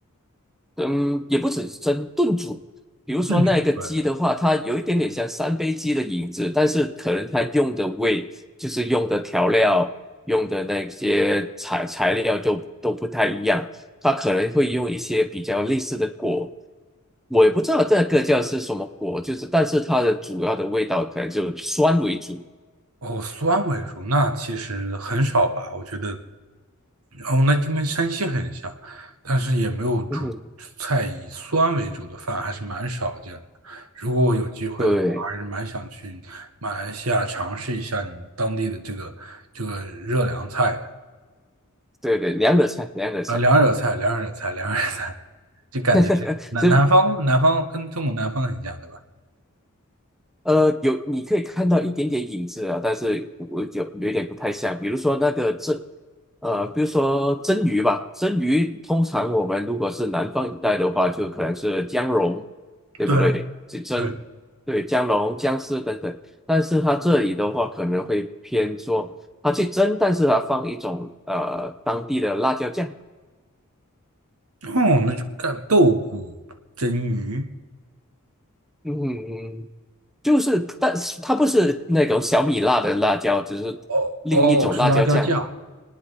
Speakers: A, in the centre; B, on the right (about 80°).
A: 嗯，也不只是蒸炖煮，比如说那个鸡的话，
B: 炖煮出来的。
A: 它有一点点像三杯鸡的影子，但是可能它用的味，就是用的调料、用的那些材材料就都不太一样，它可能会用一些比较类似的果，我也不知道这个叫是什么果，就是但是它的主要的味道可能就酸为主。
B: 哦，酸为主，那其实很少吧，我觉得，哦，那就跟山西很像，但是也没有主
A: 嗯哼，
B: 菜以酸为主的饭，还是蛮少见的。如果我有机会的话，
A: 对
B: 还是蛮想去马来西亚尝试一下你们当地的这个这个热凉菜的，
A: 对对，两个菜，两个菜。
B: 呃，凉热菜，凉热菜，凉热菜，就感觉是南南方南方跟中国南方很像，
A: <laughs>
B: 对吧？
A: 呃，有你可以看到一点点影子啊，但是我就有点不太像，比如说那个蒸，呃，比如说蒸鱼吧，蒸鱼通常我们如果是南方一带的话，就可能是姜蓉，对不对？
B: 对啊，
A: 这蒸，
B: 对，
A: 对，姜蓉、姜丝等等，但是它这里的话可能会偏说它去蒸，但是它放一种呃当地的辣椒酱，
B: 哦，那就干豆鼓蒸鱼。
A: 嗯，就是，但是它不是那种小米辣的辣椒，只是另一种辣椒酱。
B: 哦哦，是辣椒酱